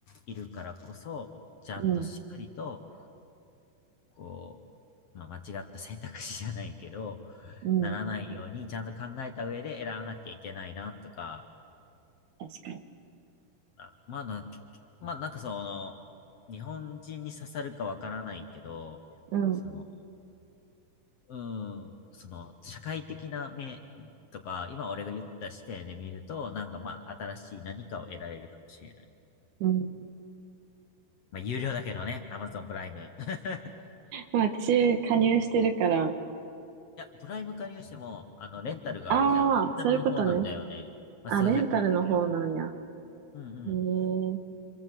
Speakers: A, on the left (about 60°); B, on the right (about 70°).
A: いるからこそ、ちゃんとしっかりと、
B: うん、
A: こう、まあ、間違った選択肢じゃないけど、
B: うん、
A: ならないように、ちゃんと考えた上で選ばなきゃいけないな、とか、
B: 確かに。
A: なまあな、まあなんかその、日本人に刺さるかわからないけど、
B: うん、
A: その、うん、その、社会的な目とか、今俺が言った視点で見ると、なんかまあ、新しい何かを得られるかもしれない。
B: うん。
A: まあ、有料だけどね、Amazon プライム。<laughs>
B: まあ私、加入してるから、
A: いや、プライム加入しても、あの、レンタルがあるじゃん。
B: ああ、
A: レンタルの方なんだよね。
B: そういうことね。
A: まあ、
B: あ、
A: 数百円だけど。
B: レンタルの方なんや。
A: うんうん。
B: へえ、うん。